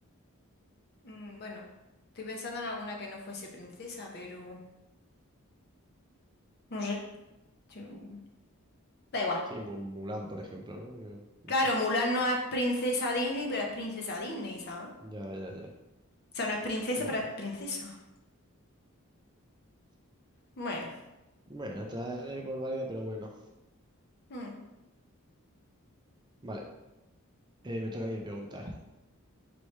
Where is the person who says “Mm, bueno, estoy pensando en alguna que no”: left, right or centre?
Left